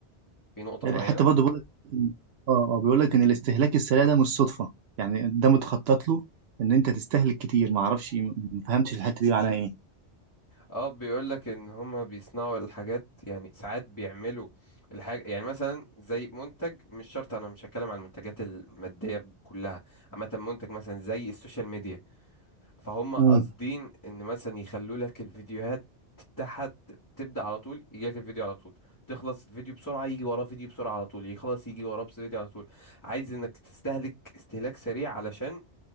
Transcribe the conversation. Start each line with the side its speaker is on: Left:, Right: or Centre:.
Left: في نقطة معينة
Right: حتى برضه بيقول لك اه اه بيقول لك ان الاستهلاك السريع ده مش صدفه يعني ده متخطط له ان انت تستهلك كتير ما اعرفش ما فهمتش الحته دي معناها ايه
Left: اه بيقول لك ان هما بيصنعوا الحاجات يعني ساعات بيعملوا الحاجة يعني مثلا زي منتج مش شرط انا مش هتكلم على المنتجات المادية كلها عامة منتج مثلا زي السوشيال ميديا فهم قاصدين
Right: امم
Left: ان مثلا يخلوا لك الفيديوهات تحت تبدأ على طول يجي لك الفيديو على طول تخلص الفيديو بسرعة يجي وراه فيديو بسرعة على طول يخلص يجي وراه بس فيديو على طول عايز انك تستهلك استهلاك سريع علشان